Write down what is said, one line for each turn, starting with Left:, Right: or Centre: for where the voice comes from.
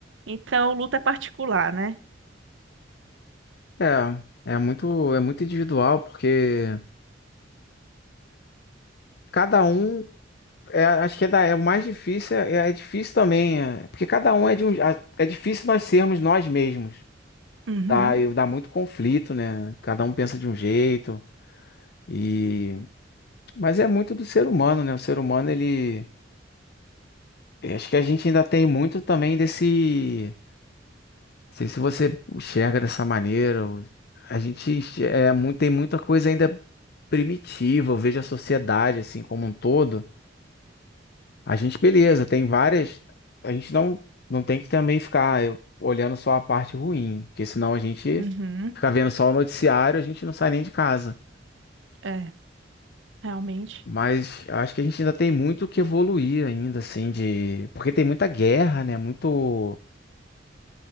Right: Então, o luto é particular, né?
Left: É, é muito é muito individual, porque cada um é, acho que é, da, é o mais difícil, é, é difícil também, é, porque cada um é de um, é é difícil nós sermos nós mesmos.
Right: Uhum,
Left: Dá, dá muito conflito, né? Cada um pensa de um jeito. E Mas é muito do ser humano, né? O ser humano, ele. eu Acho que a gente ainda tem muito também desse. Não sei se você enxerga dessa maneira. ou- A gente enx- é, muito, tem muita coisa ainda primitiva. Eu vejo a sociedade, assim, como um todo. A gente, beleza, tem várias. A gente não, não tem que também ficar eu, olhando só a parte ruim, porque senão a gente
Right: uhum,
Left: fica vendo só o noticiário, a gente não sai nem de casa.
Right: é, realmente.
Left: Mas acho que a gente ainda tem muito que evoluir ainda, assim, de. Porque tem muita guerra, né? Muito.